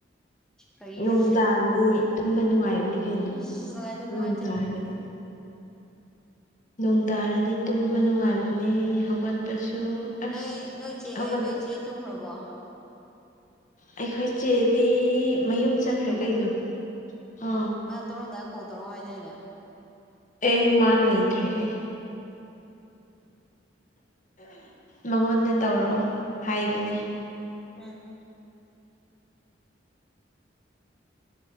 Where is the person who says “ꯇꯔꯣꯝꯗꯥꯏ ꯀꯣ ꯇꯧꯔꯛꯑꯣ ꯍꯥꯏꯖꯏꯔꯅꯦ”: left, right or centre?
Centre